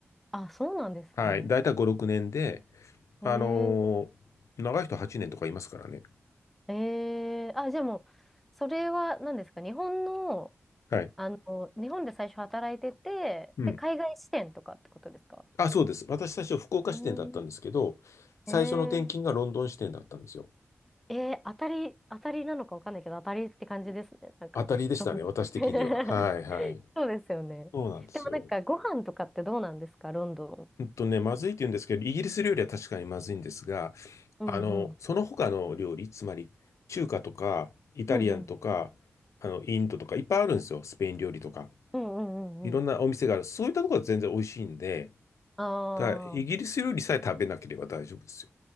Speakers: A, in the centre; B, on the left (about 80°).
A: あ、そうなんですね。
B: はい。大体5、6年で、
A: えー、
B: あのー長い人8年とかいますからね。
A: えー、あ、じゃあもう、それは何ですか日本の、
B: はい。
A: あの、日本で最初働いてて、
B: うん。
A: で、海外支店とかってことですか
B: あ、そうです。私最初福岡支店だったんですけど、
A: うん。
B: 最初の転勤がロンドン支店だったんですよ。
A: えーえー、当たり、当たりなのかわかんないけど、当たりって感じですね。なんか。
B: 当たりでしたね、
A: ロンドン
B: 私的には。はいはい。
A: <laughs> そうですよね。
B: そうなんですよ。
A: でもなんか、ご飯とかってどうなんですか、ロンドン。
B: うんとね、まずいって言うんですけど、イギリス料理は確かにまずいんですが、
A: うんうん。
B: あの、その他の料理、つまり中華とか、イタリアンとか、
A: うんうん。
B: あの、インドとか、いっぱいあるんですよ。スペイン料理とか。
A: うんうんうんうん。
B: いろんなお店がある。そういったところは全然美味しいんで、
A: あ
B: ただ、イギリス料理さえ食べなければ大丈夫ですよ。
A: あ。